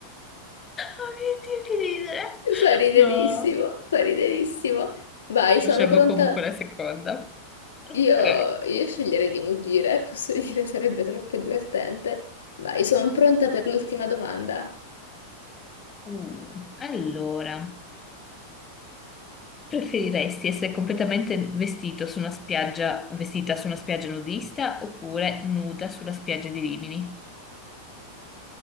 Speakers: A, on the left; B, on the left.
A: Oh mio Dio, che ridere!
B: Fa riderissimo,
A: No.
B: fa riderissimo. Vai, sono
A: Scelgo
B: pronta.
A: comunque la seconda. Ok.
B: Io, io sceglierei di muggire, <laughs> posso dire, sarebbe troppo divertente. Vai, sono pronta per l'ultima domanda.
A: Uh, allora, preferiresti essere completamente vestito su una spiaggia, vestita su una spiaggia nudista oppure nuda sulla spiaggia di Rimini?